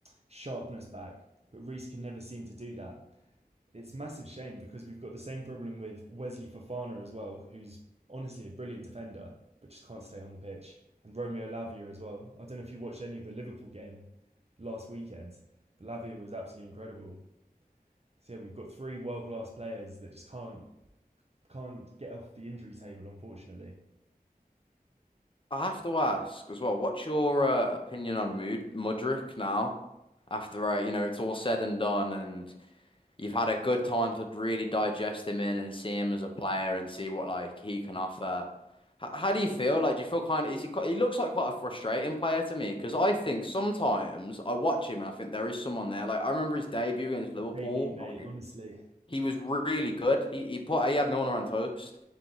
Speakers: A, on the right (about 40°); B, on the left (about 35°).
A: sharpness back, but Reese can never seem to do that. it's massive shame because we've got the same problem with Wesley Fofana as well, who's honestly a brilliant defender but just can't stay on the pitch, and Romeo Lavia as well. I don't know if you watched any of the Liverpool game last weekend, but Lavia was absolutely incredible. So yeah, we've got three world class players that just can't can't get off the injury table, unfortunately.
B: I have to ask as well, what's your uh, opinion on Mud Mudrick now? After uh, you know it's all said and done, and you've had a good time to really digest him in and see him as a player and see what like he can offer. H- how do you feel? Like, do you feel kind of, is he quite, he looks like quite a frustrating player to me because I think sometimes I watch him and I think there is someone there. Like, I remember his debut against Liverpool.
A: Debut, mate.
B: Like,
A: Honestly,
B: he was really good. He he put he had Milner on toast,